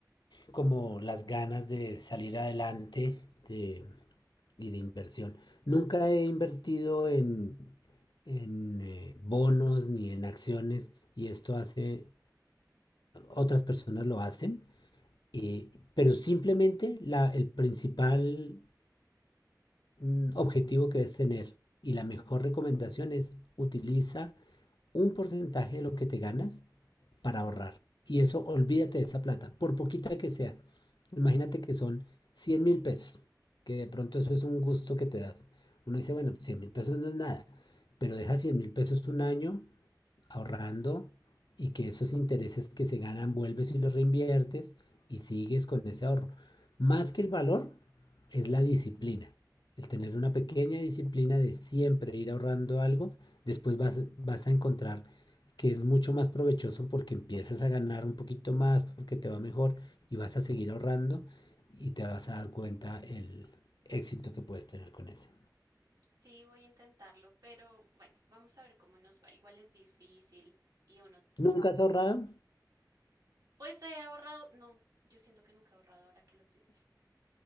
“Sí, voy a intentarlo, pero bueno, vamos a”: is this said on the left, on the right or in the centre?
Right